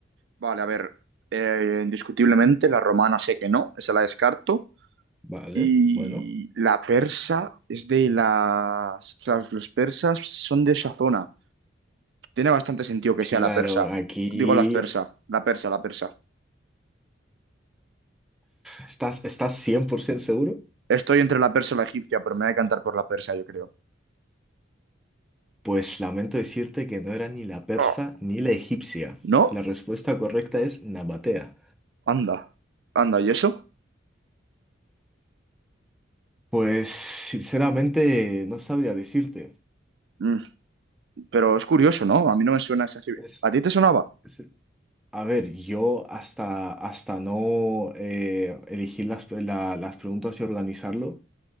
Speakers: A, on the right; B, in the centre.
A: Vale, a ver, eh, indiscutiblemente la romana sé que no, esa la descarto.
B: Vale,
A: Y
B: bueno.
A: la persa es de las... o sea, los persas son de esa zona. Tiene bastante sentido que
B: Claro,
A: sea la persa.
B: aquí
A: Digo las persa, la persa, la persa.
B: estás, estás 100% seguro.
A: Estoy entre la persa y la egipcia, pero me voy a cantar por la persa, yo creo.
B: Pues lamento decirte que no era ni la persa
A: Oh,
B: ni la egipcia.
A: ¿no?
B: La respuesta correcta es Nabatea.
A: Anda, anda, ¿y eso?
B: Pues sinceramente no sabría decirte.
A: Mm, pero es curioso, ¿no? A mí no me suena esa civil.
B: Es,
A: ¿A ti te sonaba?
B: es- A ver, yo hasta, hasta no eh, elegir las, la- las preguntas y organizarlo